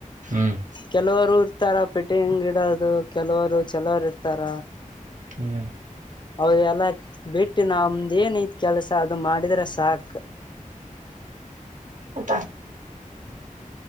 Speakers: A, on the right; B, on the left.
A: ಹ್ಮ್ ಹ್ಮ್
B: ಕೆಲವ್ರು ಇರ್ತಾರ ಪಿಟಿಂಗಿಡೋದು ಕೆಲವ್ರು ಚಲೋರು ಇರ್ತಾರ.
A: ಹ್ಮ್
B: ಹೌದು ಎಲ್ಲಕ್ ಬಿಟ್ಟಿ ನಮ್ದ್ ಏನ್ ಐತ್ ಕೆಲ್ಸ ಅದು ಮಾಡಿದ್ರೆ ಸಾಕ್.
A: <unintelligible> ಹ್ಮ್